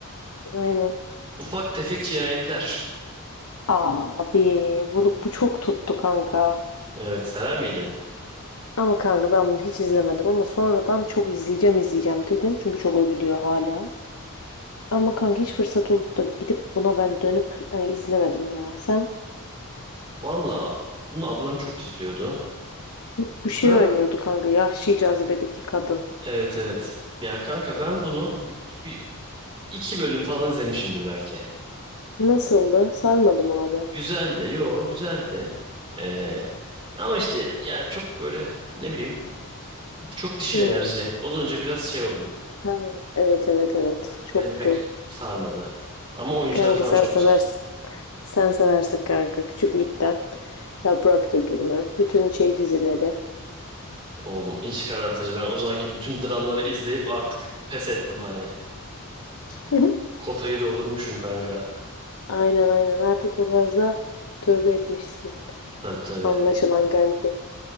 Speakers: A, on the left; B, on the right.
A: Aynen.
B: Ufak tefek cinayetler.
A: Abi bunu bu çok tuttu kanka.
B: Evet sever miydin?
A: Ama kanka ben bunu hiç izlemedim ama sonradan çok izleyeceğim izleyeceğim dedim. Çünkü çok övülüyor hala. Ama kanka hiç fırsat olup da gidip buna ben dönüp hani izlemedim ya. Sen
B: Valla bunu ablam çok izliyordu.
A: bu
B: Ben
A: şey oynuyordu kanka Yahşi Cazibe'deki kadın.
B: evet evet. Ya kanka ben bunu bir, bir- iki bölüm falan izlemişimdir belki.
A: Nasıldı? Sarmadım abi.
B: Güzeldi. Yo güzeldi. Ee, ama işte ya çok böyle ne bileyim çok dişil
A: Hmm.
B: enerji olunca biraz şey oldum.
A: Ha, Evet evet evet çoktu.
B: Beni pek sarmadı. Ama oyuncular
A: Kanka
B: falan
A: sen
B: çok
A: seversin.
B: güzel.
A: Sen seversen kanka küçüklükten yaprak dökümü, bütün şey dizileri.
B: Oğlum iç karartıcı. Ben o zamanki bütün dramları izleyip artık pes ettim hani.
A: <laughs>
B: Kotayı doldurmuşum kanka.
A: Aynen aynen artık bu tarza tövbe etmişsin.
B: Tabii tabii.
A: Anlaşılan kanki.